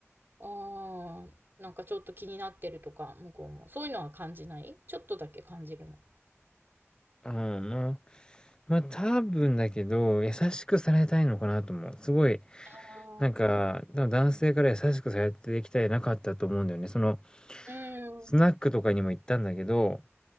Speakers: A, on the right (about 50°); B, on the left (about 20°).
A: ああ。なんかちょっと気になってるとか、向こうも。そういうのは感じないちょっとだけ感じるの。
B: うん、まあまあ、多分だけど、優しくされたいのかなと思う。すごい、
A: ああ。
B: なんか、多分男性から優しくされてきてなかったと思うんだよね。その、
A: うん。
B: スナックとかにも行ったんだけど